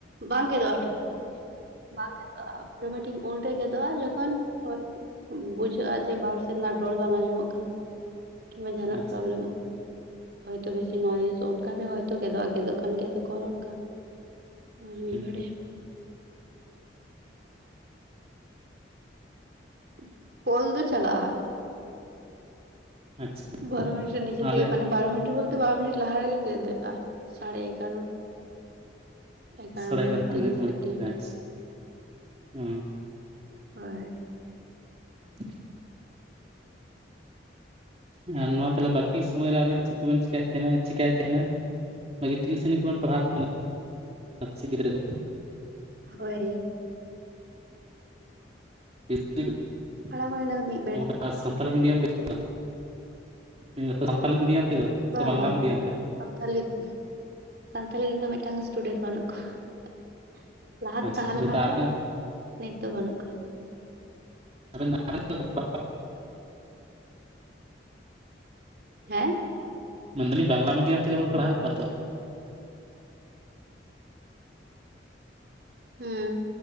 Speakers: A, on the right; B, on the right.
A: ᱵᱟᱝ ᱜᱮᱫᱚᱜᱼᱟ, ᱚᱴᱳ <unintelligible> ᱵᱟᱝ ᱜᱮᱫᱚᱜᱼᱟ, ᱚᱴᱳ ᱢᱤᱴᱤᱜ, ᱩᱱ ᱨᱮ ᱜᱮᱫᱚᱜᱼᱟ, ᱡᱚᱠᱷᱚᱱ ᱦᱚ <unintelligible> ᱦᱩᱸ ᱵᱩᱡᱷᱟᱹᱜᱼᱟ, ᱡᱮ ᱵᱟᱨ ᱥᱮᱨᱢᱟ ᱨᱚᱲ ᱵᱟᱝ ᱟᱸᱡᱚᱢᱚᱜ ᱠᱟᱱᱟ᱾ ᱠᱤ ᱵᱟᱝ ᱡᱟᱦᱟᱱᱟᱜ
B: ᱟᱪᱪᱷᱟ
A: ᱯᱚᱨᱚᱵᱽᱞᱳᱢ <unintelligible> ᱦᱚᱭ ᱛᱚᱵᱮ ᱥᱮ ᱱᱚᱣᱟ ᱡᱤᱱᱤᱥ ᱚᱱᱠᱟᱨᱮ ᱦᱚᱭᱛᱚ ᱜᱮᱫᱚᱜᱼᱟ, ᱜᱮᱫᱚᱜ ᱠᱟᱱ ᱜᱮᱭᱟ ᱛᱚᱠᱚ ᱦᱚᱨ ᱚᱱᱠᱟ᱾ ᱢᱟᱹᱻᱞᱤ
B: ᱦᱩᱸ
A: ᱵᱟᱰᱟᱭᱟ ᱾ ᱩᱸᱦ ᱠᱚᱞ ᱫᱚ ᱪᱟᱞᱟᱜᱼᱟ,
B: ᱟᱪᱪᱷᱟ
A: ᱵᱚᱨᱚ ᱢᱩᱪᱚ ᱱᱤᱡᱮ
B: ᱟᱞᱮ
A: ᱛᱮᱜᱮ ᱢᱟᱱᱮ ᱯᱟᱣ ᱦᱟᱺᱰᱤ ᱵᱚᱞᱛᱮ ᱵᱟᱨᱳ ᱢᱤᱱᱤᱴ ᱞᱟᱦᱟ ᱨᱮᱜᱮ ᱜᱮᱫ ᱜᱮᱫᱼᱟ, ᱥᱟᱲᱮ ᱮᱜᱽᱟᱨᱳᱴ- ᱮᱜᱽᱟᱨᱚ
B: ᱥᱟᱲᱮ
A: ᱢᱤᱱᱤᱴ
B: ᱮᱜᱟᱨᱚᱴᱟ
A: ᱛᱤᱨᱤᱥ
B: ᱢᱚᱫᱽᱫᱷᱮ
A: ᱥᱮᱠᱮᱸᱰ,
B: ᱟᱪᱪᱷᱟ ᱦᱩᱸ
A: ᱦᱚᱻᱭ᱾
B: <inaudible>
A: <inaudible>
B: ᱢᱟᱦᱟᱞ ᱢᱳᱛᱞᱳᱵ ᱵᱟᱹᱠᱤ ᱥᱚᱢᱚᱭ ᱨᱮ ᱟᱵᱮᱱ ᱪᱮᱫ ᱠᱚᱵᱤᱱ ᱪᱤᱠᱟᱭᱮᱫ ᱛᱟᱦᱮᱸᱱᱟ ᱪᱤᱠᱟᱭ ᱛᱟᱦᱮᱱᱟ? ᱵᱷᱟᱜᱮ ᱴᱷᱤᱭᱩ ᱥᱚᱞᱤ ᱠᱚᱵᱤᱱ ᱯᱟᱲᱦᱟᱣ ᱠᱚ ᱛᱟᱦᱮᱱᱟ <unintelligible> ᱮᱠᱥᱤ ᱜᱤᱫᱽᱨᱟᱹ ᱠᱚ,
A: ᱦᱳᱭ!
B: <unintelligible>
A: ᱯᱟᱲᱦᱟᱣ ᱠᱟᱱᱟ ᱚᱱᱟ ᱫᱚ ᱢᱤᱫ ᱵᱮᱲᱟ
B: ᱟᱨ ᱥᱟᱱᱛᱟᱞᱤ ᱢᱤᱰᱤᱭᱚᱢ ᱛᱮ, <unintelligible> ᱢᱮᱱ ᱮᱫ ᱟᱹᱧ ᱥᱟᱱᱛᱟᱞᱤ ᱢᱤᱰᱤᱭᱟᱢ ᱛᱮᱜᱮ?
A: ᱵᱟᱝ
B: ᱥᱮ ᱵᱟᱝᱞᱟ
A: ᱵᱟᱝ
B: ᱢᱤᱰᱤᱭᱟᱢ ᱛᱮ?
A: <unintelligible> ᱥᱟᱸᱛᱷᱟᱞᱤᱫ <unintelligible> ᱥᱟᱸᱛᱷᱟᱞᱤ ᱤᱧ ᱫᱚ ᱢᱮᱫᱴᱟᱝ ᱤᱥᱴᱩᱰᱮᱸᱴ ᱵᱟᱹᱱᱩᱜ ᱠᱩᱣᱟ᱾ ᱞᱟᱦᱟᱛᱮ
B: ᱟᱪᱪᱷᱟ
A: ᱛᱟᱦᱮ ᱞᱮᱱᱟ ᱠᱚ,
B: ᱟᱯᱮ
A: ᱱᱤᱛ ᱫᱚ ᱵᱟᱹᱱᱩᱜ ᱠᱚᱣᱟ᱾
B: <unintelligible>
A: ᱦᱮᱸ?
B: ᱢᱮᱱᱫᱟᱞᱤᱧ ᱵᱟᱝᱜᱽᱞᱟ ᱢᱤᱰᱤᱭᱳᱢ ᱛᱮᱜᱮ ᱵᱤᱱ ᱯᱟᱲᱦᱟᱣᱮᱫ ᱠᱚᱣᱟ ᱛᱚ?
A: ᱦᱩᱸ